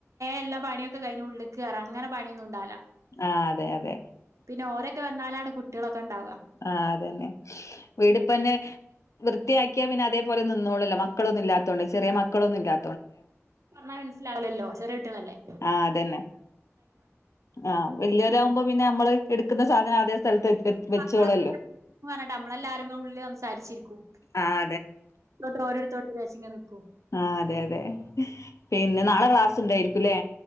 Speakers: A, on the right; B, on the left.
A: എല്ലാം പണിയക്കെ ക ഉള്ള്ക്കെറ അങ്ങനെ പണിയൊന്നും ഉണ്ടാവില്ല.
B: ആഹ് അതെ അതെ
A: പിന്നെ ഓരൊക്കെ വന്നാലാണ് കുട്ടികളൊക്കെ ഇണ്ടാവാ.
B: ആഹ് അതന്നെ വീടിപ്പന്നെ വൃത്തിയാക്കിയാ പിന്നെ അതേ പോ നിന്നോള്ളല്ല മക്കളൊന്നുംല്ലാത്തോണ്ട് ചെറിയ മക്കളൊന്ന ഇല്ലാ
A: പറഞ്ഞാ മനസ്സിലാവലല്ലോ ചെറിയട്ടികളല്ലേ.
B: ആഹ് അതന്നെ ആഹ് വലിയവരാകുമ്പോ പിന്നെ നമ്മള് എടുക്കുന്ന സാധനം അതേ സ്ഥലത്ത് വെ വെച്ചോളല്ലോ
A: മക്കളൊക്കെ പറഞ്ഞട്ട് നമ്മളെല്ലാരും ഉള്ളിലങ്ങനെ സംസാരിച്ചിരിക്കും.
B: ആഹ്
A: ഇോട്ട് ഓരോരുത്തോട്ട രങ്ങ നി <unintelligible>
B: ആ അതെ അതെ പിന്നെ നാളെ ക്ലാസ് ഉണ്ടായിരിക്കുംല്ലേ.